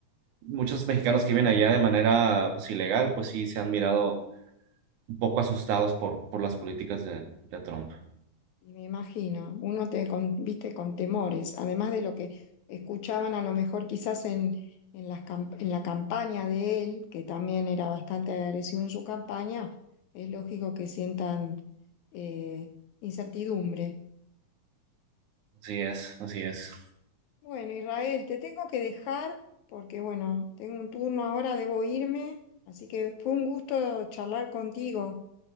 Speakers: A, on the right; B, on the left.
A: muchos mexicanos que viven allá de manera pues ilegal, pues sí se han mirado un poco asustados por, por las políticas de, de Trump.
B: Y me imagino, uno te con- viste con temores, además de lo que escuchaban a lo mejor quizás en, en las cam- en la campaña de él, que también era bastante agresivo en su campaña, es lógico que sientan eh, incertidumbre.
A: Así es, así es.
B: Bueno, Israel, te tengo que dejar porque bueno, tengo un turno ahora, debo irme, así que fue un gusto charlar contigo